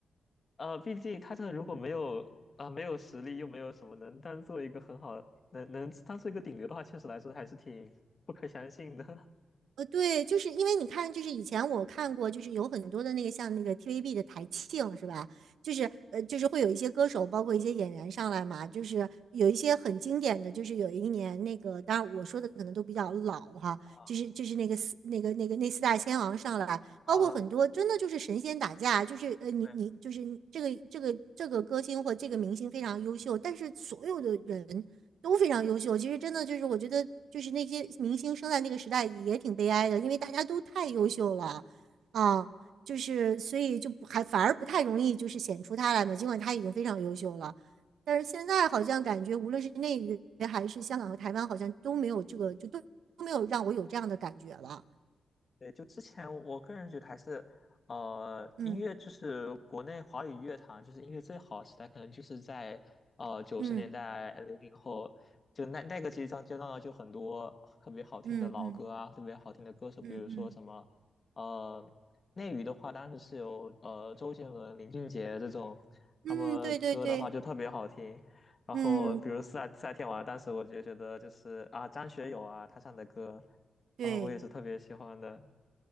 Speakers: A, on the left; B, on the right.
A: 呃，毕竟他这如果没有啊、呃没有实力，又没有什么能当做一个很好能能当做一个顶流的话，确实来说还是挺不可相信的
B: 呃，对，就是因为你看，就是以前我看过，就是有很多的那个像那个 TVB 的台庆是吧？就是呃，就是会有一些歌手，包括一些演员上来嘛，就是有一些很经典的，就是有一年那个，当然我说的可能都比较老哈，
A: <laughs> 啊
B: 就是就是那个四那个那个那四大天王上来，
A: 啊，
B: 包括很多真的就是神仙打架，就是呃你你就是这个这个这个歌星或这个明星非常优秀，
A: <laughs> 对。
B: 但是所有的人。都非常优秀。其实真的就是，我觉得就是那些明星生在那个时代也挺悲哀的，因为大家都太优秀了，啊，就是所以就不还反而不太容易就是显出他来嘛。尽管他已经非常优秀了，但是现在好像感觉无论是内娱还是香港和台湾，好像都没有这个，就都都没有让我有这样的感觉了。
A: 对，就之前我个人觉得还是，呃，
B: 嗯
A: 音乐就是国内华语乐坛就是音乐最好的时代，可能就是在呃九十年代零零后，
B: 嗯
A: 就那那个阶段阶段就很多特别好听的老歌啊，
B: 嗯嗯
A: 特别好听的歌手，
B: 嗯嗯
A: 比如说什么，呃，内娱的话，当时是有呃周杰伦、林俊杰这种，
B: 嗯，
A: 他们歌的话就特别好听。
B: 对对对，
A: 然后比如夏夏天晚，
B: 嗯
A: 当时我就觉得就是啊张学友啊他唱的歌。
B: 对。
A: 啊，我也是特别喜欢的。